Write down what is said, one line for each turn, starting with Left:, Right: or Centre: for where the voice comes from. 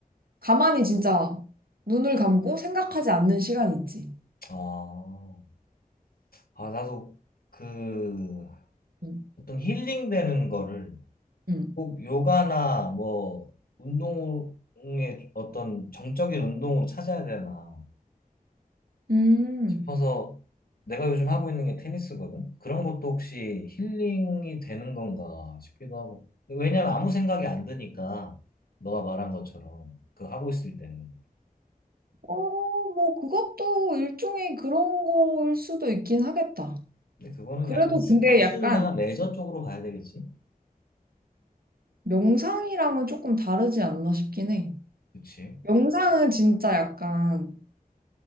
Right: 가만히 진짜 눈을 감고 생각하지 않는 시간이 있지.
Left: 아, 아, 나도 그
Right: 응.
Left: 보통 힐링되는 거를
Right: 응.
Left: 꼭 요가나 뭐 운동의 어떤 정적인 운동으로 찾아야 되나
Right: 음.
Left: 싶어서 내가 요즘 하고 있는 게 테니스거든. 그런 것도 혹시 힐링이 되는 건가 싶기도 하고. 왜냐면 아무 생각이 안 드니까 너가 말한 것처럼 그 하고 있을 때는.
Right: 어, 뭐, 그것도 일종의 그런 거일 수도 있긴 하겠다.
Left: 근데 그거는
Right: 그래도
Left: 약간 스포츠나
Right: 근데 약간
Left: 레저 쪽으로 가야 되겠지?
Right: 명상이랑은 조금 다르지 않나 싶긴 해.
Left: 그치?
Right: 명상은 진짜 약간